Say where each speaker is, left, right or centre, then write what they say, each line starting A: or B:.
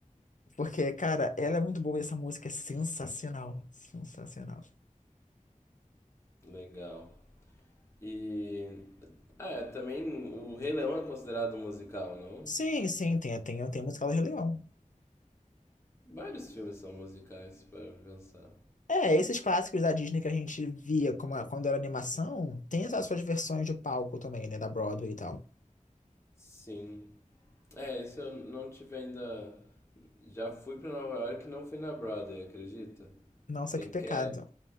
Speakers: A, on the left (about 65°); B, on the left (about 20°).
A: Porque, cara, ela é muito boa e essa música é sensacional. Sensacional.
B: Legal. E ah, é, também o Rei Leão é considerado um musical, não?
A: Sim, sim, tem, tem, tem musical do Rei Leão.
B: Vários filmes são musicais para pensar.
A: É, esses clássicos da Disney que a gente via como, a- quando era animação, tem essas suas versões de palco também, né? Da Broadway e tal.
B: Sim. É, esse eu não tive ainda. Já fui pra Nova York e não fui na Broadway, acredita?
A: Nossa,
B: Tem
A: que pecado.
B: Cat,